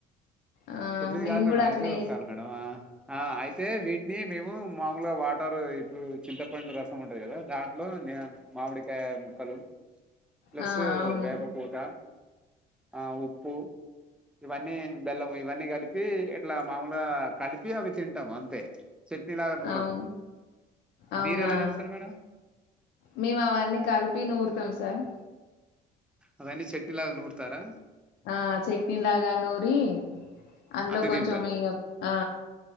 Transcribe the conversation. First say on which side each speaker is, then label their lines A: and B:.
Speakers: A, on the left; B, in the centre.
A: ఆ
B: తొమ్మిది
A: మేము
B: కాదు మేడం
A: కూడా అట్లనే
B: ఐదు రకాలు మేడం ఆ అయితే వీటిని మేము మామూలుగా వాటర్ ఇప్పుడు చింతపండు రసం ఉంటుంది కదా దాంట్లో నేన్ మామిడికాయ ముక్కలు ప్లస్సు
A: ఆ అవును
B: వేపపూత ఆ ఉప్పు ఇవన్నీ బెల్లం ఇవన్నీ కలిపి ఇట్లా మామూలుగా కలిపి అవి తింటాం అంతే చట్నీ లాగా నూరము
A: అవును అవునా
B: మీరు ఎలా చేస్తారు మేడం
A: మేము అవన్నీ కలిపి నూరుతాం సార్
B: అవన్నీ చట్నీల నూరుతారా
A: అ చట్నీ లాగా నూరి అందులో
B: అది
A: కొంచెం
B: తింటారు
A: ఇగా ఆ